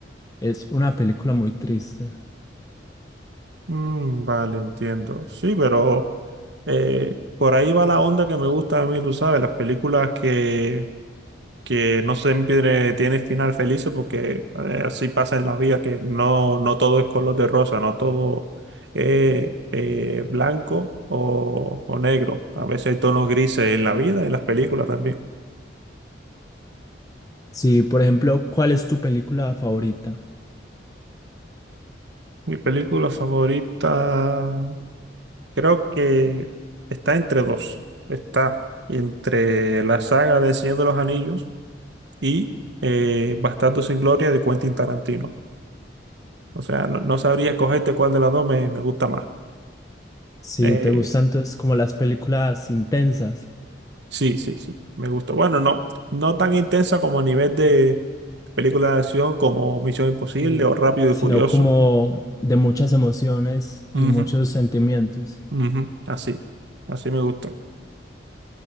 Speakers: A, on the left (about 20°); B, on the right (about 65°).
A: Es una película muy triste.
B: Mm, vale, entiendo. Sí, pero eh, por ahí va la onda que me gusta a mí, tú sabes, las películas que, que no siempre tienen final feliz porque eh, así pasa en la vida, que no, no todo es color de rosa, no todo es eh, blanco o, o negro. A veces hay tonos grises en la vida, en las películas también.
A: Sí, por ejemplo, ¿cuál es tu película favorita?
B: Mi película favorita creo que está entre dos. Está entre la saga de Señor de los Anillos y eh, Bastardo sin Gloria de Quentin Tarantino. O sea, no, no sabría escogerte cuál de las dos me, me gusta más.
A: Si
B: Eh,
A: te gustan entonces como las películas intensas,
B: sí, sí, sí, me gusta. Bueno, no, no tan intensa como a nivel de película de acción como Misión Imposible
A: sí,
B: o Rápido
A: sino
B: y Furioso.
A: como de muchas emociones
B: Ujú,
A: y muchos sentimientos.
B: ujú, así, así me gusta,